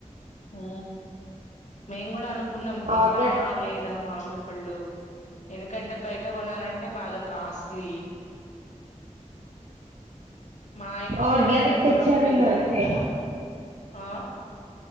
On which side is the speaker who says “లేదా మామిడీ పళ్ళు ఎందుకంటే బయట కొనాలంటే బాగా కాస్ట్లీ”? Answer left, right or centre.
Left